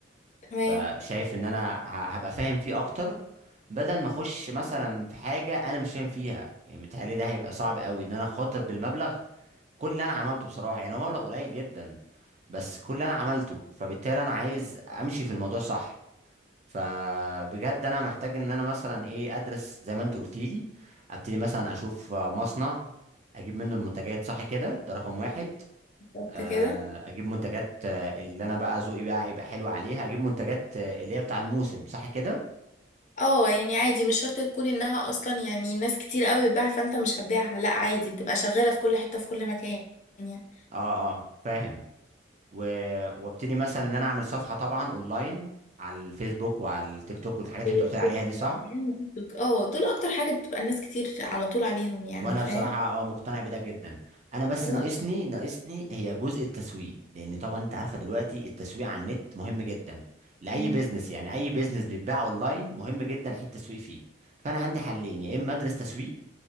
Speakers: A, on the left; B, on the right.
A: تمام
B: فشايف ان انا ه- هبقى فاهم فيه اكتر بدل ما اخش مثلا في حاجة انا مش فاهم فيها يعني بيتهيألي ده هيبقى صعب قوي ان انا خاطر بالمبلغ كل اللي انا عملته بصراحه يعني هو مبلغ قليل جدا بس كل اللي انا عملته فبالتالي انا عايز امشي في الموضوع صح فبجد انا محتاج ان انا مثلا ايه ادرس زي ما انت قلت لي ابتدي مثلا اشوف آه، مصنع اجيب منه المنتجات صح كده ده رقم واحد
A: بالظبط
B: آه،
A: كده
B: اجيب منتجات آه، اللي انا بقى ذوقي بقى هيبقى حلو عليها اجيب منتجات آه، اللي هي بتاع الموسم صح كده
A: اه يعني عادي مش شرط تكون انها اصلا يعني ناس كتير قوي بتبيعها فانت مش هتبيعها لا عادي بتبقى شغالة في كل حتة في كل مكان يعني
B: اه اه فاهم و... وابتدي مثلا ان انا اعمل صفحه طبعا اونلاين على الفيسبوك وعلى التيك توك والحاجات
A: بالظبط.
B: اللي انت قلت لي عليها دي صح
A: اه دول اكتر حاجة بتبقى الناس كتير على طول عليهم يعني
B: وانا
A: فاهم
B: بصراحه اه مقتنع بده جدا انا بس
A: أيوة.
B: ناقصني ناقصني هي جزء التسويق لان طبعا انت عارفه دلوقتي التسويق على النت مهم جدا لاي
A: مم.
B: بيزنس يعني اي بيزنس بيتباع اونلاين مهم جدا حته التسويق فيه فانا عندي حلين يا اما ادرس تسويق